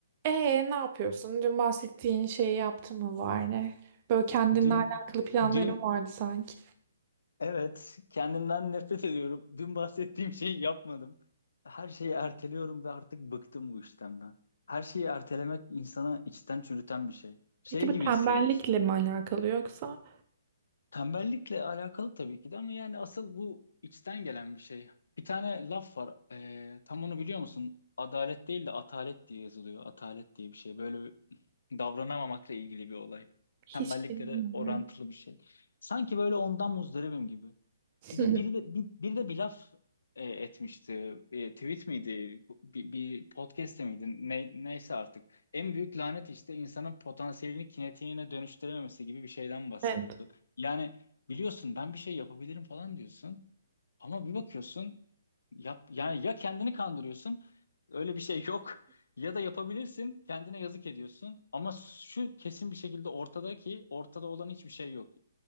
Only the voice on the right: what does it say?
Ee, ne yapıyorsun? Dün bahsettiğin şeyi yaptın mı bari? Böyle kendinle
alakalı planların
vardı sanki.
Peki bu
tembellikle
mi alakalı yoksa
hiç
bilmiyorum.
<laughs>
Evet.